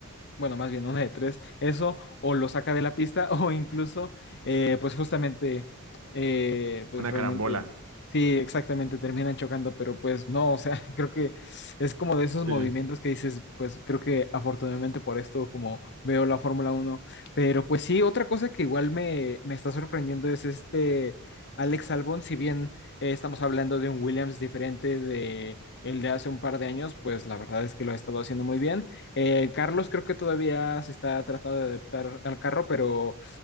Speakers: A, on the left; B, on the right.
A: bueno, más bien una de tres, eso o lo saca de la pista <laughs> o incluso, eh, pues justamente, eh, pues
B: Una
A: realmente,
B: carambola.
A: sí, exactamente, terminan chocando, pero pues no, o sea, <laughs> creo que es como de esos movimientos
B: Sí.
A: que dices, pues creo que afortunadamente por esto, como veo la Fórmula uno pero pues sí, otra cosa que igual me, me está sorprendiendo es este Alex Albon, si bien eh, estamos hablando de un Williams diferente de... El de hace un par de años, pues la verdad es que lo ha estado haciendo muy bien. Eh, Carlos creo que todavía se está tratando de adaptar al carro, pero